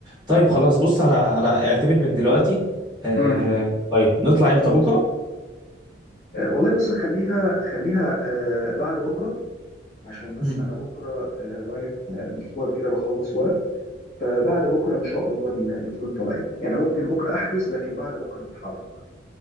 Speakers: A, on the right (about 20°); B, on the left (about 40°).
A: طيب خلاص بص انا انا اعتمد من دلوقتي آه
B: مم.
A: طيب نطلع امتى بكره
B: آه، والله بص خليها خليها آه بعد بكره عشان بس
A: مم.
B: انا بكره آه، رايح آه، مشوار كده بخلص ورق فبعد بكره ان شاء الله ن- نكون طالعين يعني ممكن بكره احجز لكن بعد بكره نتحرك بقى